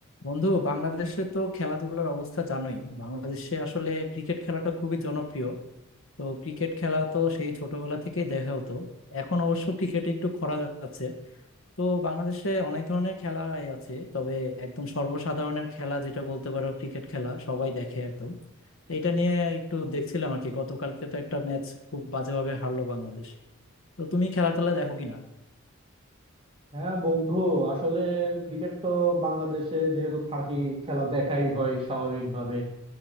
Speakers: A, on the left; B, on the right.
A: বন্ধু বাংলাদেশে তো খেলাধুলার অবস্থা জানোই বাংলাদেশে আসলে ক্রিকেট খেলাটা খুবই জনপ্রিয় তো ক্রিকেট খেলা তো সেই ছোটবেলা থেকেই দেখা হতো এখন অবশ্য ক্রিকেটে একটু খরা যাচ্ছে তো বাংলাদেশে অনেক ধরনের খেলা আছে তবে একদম সর্বসাধারণের খেলা যেটা বলতে পারো ক্রিকেট খেলা সবাই দেখে একদম তো এটা নিয়ে একটু দেখছিলাম আর কি গতকালকে তো একটা ম্যাচ খুব বাজেভাবে হারলো বাংলাদেশ তো তুমি খেলা টেলা দেখো কিনা
B: হ্যাঁ বন্ধু আসলে ক্রিকেট তো বাংলাদেশে যেহেতু থাকি খেলা দেখাই হয় স্বাভাবিকভাবে